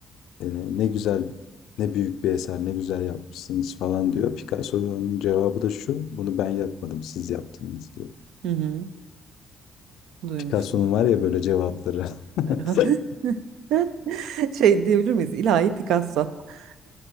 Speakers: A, on the left; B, on the right.
A: Ee, ne güzel, ne büyük bir eser, ne güzel yapmışsınız falan diyor. Picasso'nun cevabı da şu, bunu ben yapmadım, siz yaptınız diyor.
B: Hı hı. Duymuştum.
A: Picasso'nun var ya böyle cevapları. <laughs>
B: <laughs> Şey diyebilir miyiz? İlahi Picasso. <laughs>